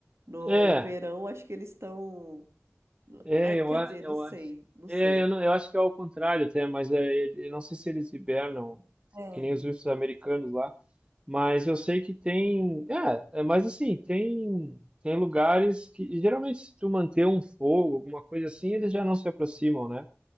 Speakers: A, on the right; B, on the right.
A: no
B: É.
A: verão, acho que eles estão.
B: É,
A: Ah, Quer
B: eu, a-
A: dizer,
B: eu
A: não sei,
B: acho.
A: não
B: É,
A: sei.
B: eu, não, eu acho que é ao contrário até, mas é, ele- eu não sei se eles hibernam,
A: É.
B: que nem os ursos americanos lá, mas eu sei que tem. É, é, mas assim, tem, tem lugares que geralmente se tu manter um fogo, alguma coisa assim, eles já não se aproximam, né?